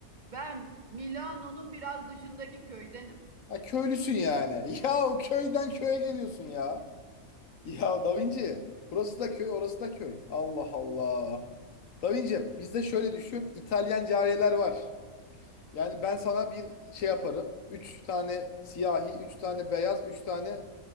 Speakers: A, on the right (about 30°); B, on the left (about 65°).
A: Ben Milano'nun biraz dışındaki köydenim.
B: Ha köylüsün yani. <laughs> Ya o köyden köye geliyorsun ya. Ya Da Vinci. Burası da köy, orası da köy. Allah Allah. Davincim bizde şöyle düşün İtalyan cariyeler var. Yani ben sana bir şey yaparım. Üç tane siyahi, üç tane beyaz, üç tane